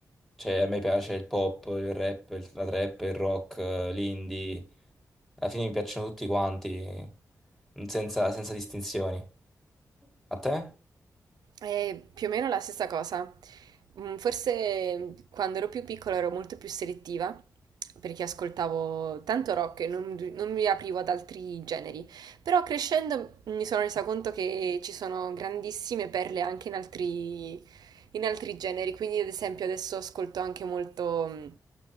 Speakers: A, in the centre; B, on the right.
A: Cioè, a me piace il pop, il rap, il- la trap, il rock, eh, l'indie. Alla fine mi piacciono tutti quanti, senza, senza distinzioni. A te?
B: È più o meno la stessa cosa. Mm, Forse quando ero più piccola ero molto più selettiva perché ascoltavo tanto rock e non, non mi aprivo ad altri generi. Però crescendo mi sono resa conto che ci sono grandissime perle anche in altri, in altri generi. Quindi, ad esempio, adesso ascolto anche molto. mm,